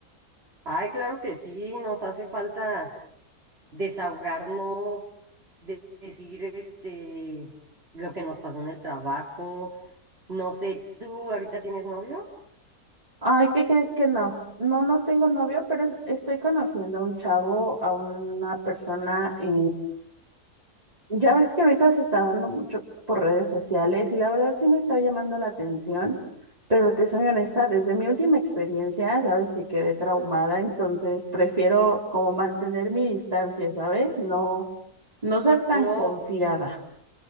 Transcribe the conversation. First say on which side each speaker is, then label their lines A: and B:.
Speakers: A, on the right; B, on the right.
A: ay, claro que sí, nos hace falta desahogarnos, de- decir este, lo que nos pasó en el trabajo. No sé, ¿tú ahorita tienes novio?
B: Ay, ¿qué crees que no? No, no tengo novio, pero estoy conociendo a un chavo, a una persona, eh, Ya ves que ahorita se está dando mucho por redes sociales y la verdad sí me está llamando la atención, pero te soy honesta, desde mi última experiencia, sabes que quedé traumada, entonces prefiero como mantener mi distancia, ¿sabes? No, no ser tan
A: No.
B: confiada.